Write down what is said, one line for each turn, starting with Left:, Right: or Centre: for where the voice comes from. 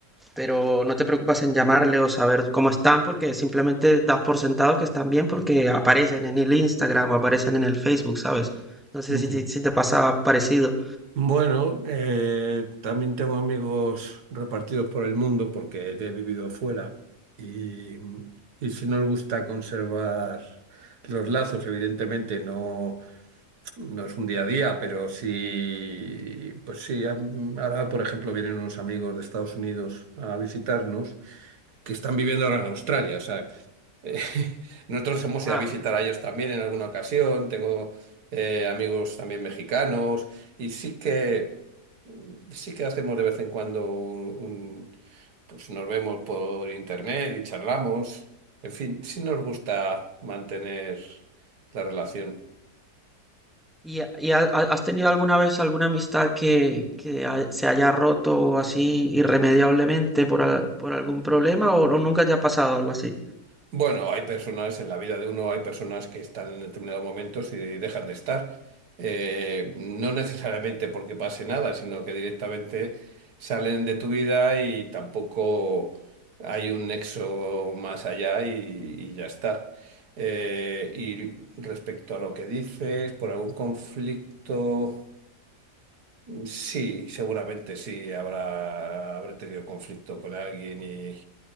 Centre: pero no te preocupas en llamarle o saber cómo están porque simplemente das por sentado que están bien porque aparecen en el Instagram o aparecen en el Facebook, ¿sabes? No sé
Right: ujú.
Centre: si, si- si te pasa parecido.
Right: Bueno, eh, también tengo amigos repartidos por el mundo porque he vivido fuera y, y si nos gusta conservar los lazos, evidentemente no, no es un día a día, pero sí, pues sí, am- ahora por ejemplo vienen unos amigos de Estados Unidos a visitarnos que están viviendo ahora en Australia, o sea <laughs> Nosotros hemos
Centre: Ah,
Right: ido a visitar a ellos también en alguna ocasión, tengo eh, amigos también mexicanos y sí que, sí que hacemos de vez en cuando un, un- pues nos vemos por internet y charlamos. En fin, sí nos gusta mantener la relación.
Centre: ¿y, y ha- ha- has tenido alguna vez alguna amistad que, que ha- se haya roto así irremediablemente por, al- por algún problema o, o nunca te ha pasado algo así?
Right: Bueno, hay personas en la vida de uno, hay personas que están en determinados momentos y dejan de estar. Eh, no necesariamente porque pase nada, sino que directamente salen de tu vida y tampoco hay un nexo más allá y, y ya está. Eh, y respecto a lo que dices, por algún conflicto, sí, seguramente sí, habrá, habré tenido conflicto con alguien